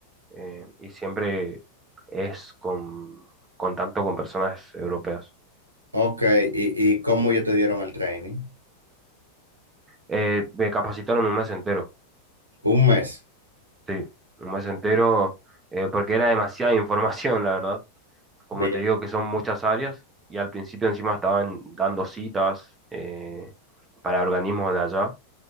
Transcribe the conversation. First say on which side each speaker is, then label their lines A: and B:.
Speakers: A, on the right; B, on the right.
A: eh, y siempre es con contacto con personas europeas.
B: Ok, ¿y, y cómo ellos te dieron el training?
A: Eh, me capacitaron un mes entero
B: Un mes,
A: Sí, un mes entero, eh, porque era demasiada información, la verdad. Como
B: vía,
A: te digo, que son muchas áreas y al principio encima estaban dando citas eh, para organismos de allá